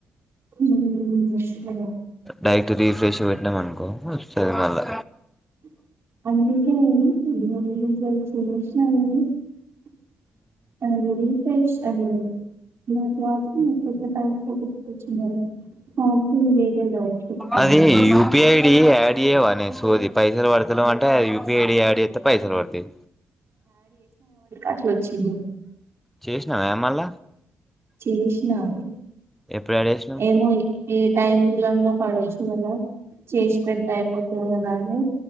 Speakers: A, on the right (about 45°); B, in the centre.
A: ఊ వర్సగా
B: నైట్ రీఫ్రెష్ డమనుకో వస్తాలే
A: <inaudible> <inaudible> చెప్తాను
B: అది
A: నేను
B: U P I D add టియ్యవా నీ సోధి పైసలు పడుతా లేవు అన్ టా U P I D add జేత్తే పైసలు పడతయ్
A: అట్లొచ్చిన్
B: చేసినావే మళ్ళ
A: చేసినా అది
B: ఎప్పుడు యాడ్ చేసినావు
A: ఏమో ఏ టైం లోనో పడొచ్చు కదా చేసి పెడితే అయిపోతుంది కదా అని